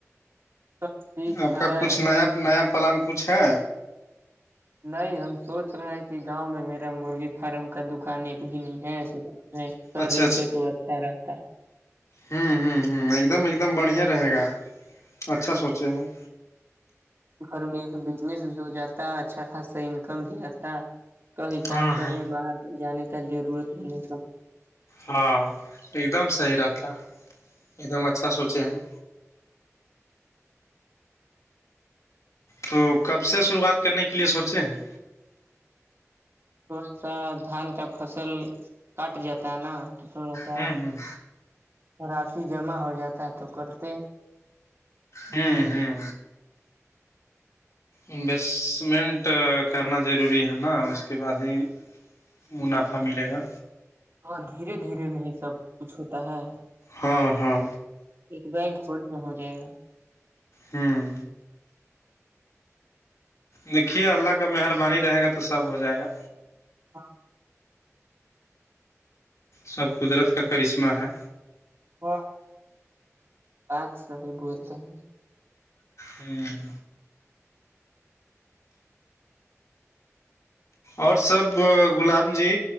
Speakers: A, on the right; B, on the left.
A: ٹھیک
B: اپ
A: ہے
B: کا کچھ نیا نیا پلان کچھ ہے
A: نہیں ہم سوچ رہے ہیں کہ گاؤں میں میرا مرغی پہرم کا دکان ایک بھی نہیں ہے نہیں کر
B: اچھا
A: لیتے تو اچھا رہتا
B: ہاں ہاں ہاں ایک دم ایک دم بڑھیا رہے گا اچھا سوچے ہیں
A: گھر میں ایک بزنس بھی ہو جاتا اچھا خاصہ انکم بھی آتا کہیں کام
B: ہاں
A: کرنے
B: ہاں
A: باہر جانے کا ضرورت نہیں
B: ہاں ایک دم صحیح رہتا ایک دم اچھا سوچے ہیں تو کب سے شروعات کرنے کے لیے سوچے ہیں
A: تھوڑا سا دھان کا فصل کاٹ جاتا ہے نا کہ تھوڑا سا
B: ہوں ہوں
A: رسی جمع ہو جاتا تو کرتے
B: ہاں ہاں انویسٹمنٹ کرنا ضروری ہے نا اس کے بعد ہی منافع ملے گا
A: ہاں دھیرے دھیرے نہیں سب کچھ ہوتا ہے
B: ہاں ہاں
A: ایک بیگ فولڈ میں ہوجائے گا
B: ہاں دیکھیے اللہ کا مہربانی رہے گا تو سب ہو جائے گا
A: ہاں
B: سب قدرت کا کرشمہ ہے
A: ہاں بات صحیح بولتے ہیں
B: ہمم اور سب غلام جی